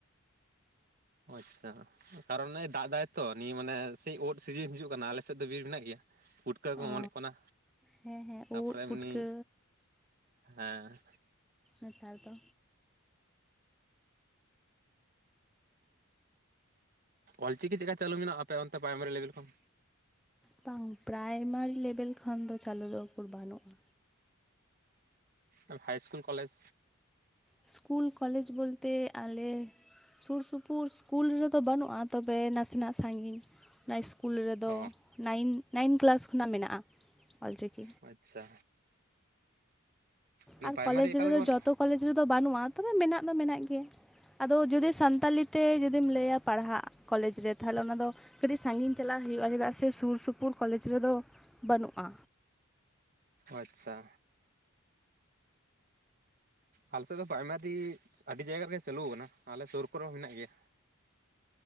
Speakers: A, on the right; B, in the centre.
A: ᱚ ᱟᱪᱪᱷᱟ ᱠᱟᱨᱚᱱᱮ ᱫᱟᱜ ᱫᱟᱭ ᱛᱚ ᱱᱤᱭᱟᱹ ᱢᱟᱱᱮ ᱥᱮᱭ ᱚᱫ ᱥᱤᱡᱤᱱ ᱦᱤᱡᱩᱜ ᱠᱟᱱᱟ ᱟᱞᱮ ᱥᱮᱫ ᱫᱚ ᱵᱤᱨ ᱢᱮᱱᱟᱜ ᱜᱮᱭᱟ ᱯᱩᱴᱠᱟᱹ ᱠᱚ
B: ᱚ
A: ᱚᱢᱚᱱᱚᱜ ᱠᱟᱱᱟ
B: ᱦᱮᱸ ᱦᱮᱸ
A: ᱛᱟᱨᱯᱚᱨᱮ
B: ᱩᱫ
A: ᱮᱢᱱᱤ
B: ᱯᱩᱴᱠᱟᱹ
A: ᱦᱮᱸ
B: ᱱᱮᱛᱟᱨ ᱫᱚ
A: ᱚᱞᱪᱤᱠᱤ ᱪᱮᱫᱟᱜ ᱪᱟᱹᱞᱩ ᱢᱮᱱᱟᱜᱼᱟ ᱟᱯᱮ ᱚᱱᱛᱮ ᱯᱨᱟᱭᱢᱟᱨᱤ ᱞᱮᱵᱮᱞ ᱠᱷᱚᱱ
B: ᱵᱟᱝ ᱯᱨᱟᱭᱢᱟᱨᱤ ᱞᱮᱵᱮᱞ ᱠᱷᱚᱱ ᱫᱚ ᱪᱟᱹᱞᱩ ᱫᱚ ᱩᱠᱩᱨ ᱵᱟᱹᱱᱩᱜ-ᱟ
A: ᱟᱨ ᱦᱟᱭ ᱤᱥᱠᱩᱞ ᱠᱚᱞᱮᱡᱽ
B: ᱤᱥᱠᱩᱞ ᱠᱚᱞᱮᱡᱽ ᱵᱚᱞᱛᱮ ᱟᱞᱮ ᱥᱩᱨ ᱥᱩᱯᱩᱨ ᱤᱥᱠᱩᱞ ᱨᱮᱫᱚ ᱵᱟᱹᱱᱩᱜ-ᱟ ᱛᱚᱵᱮ ᱱᱟᱥᱮᱱᱟᱜ ᱥᱟᱺᱜᱤᱧ ᱚᱱᱟ ᱤᱥᱠᱩᱞ ᱨᱮᱫᱚ
A: ᱚ
B: ᱱᱟᱭᱤᱱ ᱱᱟᱭᱤᱱ ᱠᱮᱞᱟᱥ ᱠᱷᱚᱱᱟᱜ ᱢᱮᱱᱟᱜ-ᱟ ᱚᱞᱪᱤᱠᱤ
A: ᱟᱪᱪᱷᱟ ᱚᱱᱟ
B: ᱟᱨ
A: ᱯᱨᱟᱭᱢᱟᱨᱤ
B: ᱠᱚᱞᱮᱡᱽ
A: ᱮᱠᱟᱞ
B: ᱨᱮᱫᱚ
A: ᱜᱮ ᱵᱟᱹᱱᱩᱜᱼᱟ
B: ᱡᱚᱛᱚ ᱠᱚᱞᱮᱡᱽ ᱨᱮᱫᱚ ᱵᱟᱹᱱᱩᱜ-ᱟ ᱛᱚᱵᱮ ᱢᱮᱱᱟᱜ ᱫᱚ ᱢᱮᱱᱟᱜ ᱜᱮᱭᱟ ᱟᱫᱚ ᱡᱩᱫᱤ ᱥᱟᱱᱛᱟᱞᱤ ᱛᱮ ᱡᱩᱫᱤᱢ ᱞᱟᱹᱭᱟ ᱯᱟᱲᱦᱟᱜ ᱠᱚᱞᱮᱡᱽ ᱨᱮ ᱛᱷᱟᱞᱮ ᱚᱱᱟ ᱫᱚ ᱠᱟᱹᱴᱤᱜ ᱥᱟᱺᱜᱤᱧ ᱪᱟᱞᱟᱜ ᱦᱩᱭᱩᱜ-ᱟ ᱪᱮᱫᱟᱜ ᱥᱮ ᱥᱩᱨ ᱥᱩᱯᱩᱨ ᱠᱚᱞᱮᱡᱽ ᱨᱮᱫᱚ ᱵᱟᱹᱱᱩᱜ-ᱟ
A: ᱟᱪᱪᱷᱟ ᱟᱞᱮ ᱥᱮᱫ ᱫᱚ ᱯᱟᱭᱢᱟᱨᱤ ᱟᱹᱰᱤ ᱡᱟᱭᱜᱟ ᱨᱮᱜᱮ ᱪᱟᱹᱞᱩ ᱠᱟᱱᱟ ᱟᱞᱮ ᱥᱩᱨ ᱠᱚᱨᱮ ᱦᱚᱸ ᱦᱮᱱᱟᱜ ᱜᱮᱭᱟ